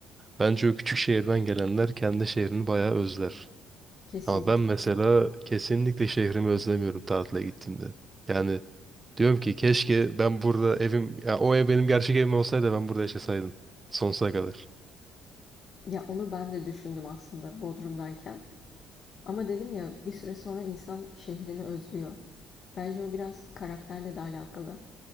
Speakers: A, on the right (about 25°); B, on the left (about 50°).
A: Bence o küçük şehirden gelenler kendi şehrini bayağı özler.
B: Kesin.
A: Ama ben mesela kesinlikle şehrimi özlemiyorum tatile gittiğimde. Yani diyorum ki keşke ben burada evim, ya o ev benim gerçek evim olsaydı ben burada yaşasaydım. Sonsuza kadar.
B: Ya onu ben de düşündüm aslında Bodrum'dayken. Ama dedim ya bir süre sonra insan şehrini özlüyor. Bence o biraz karakterle de alakalı.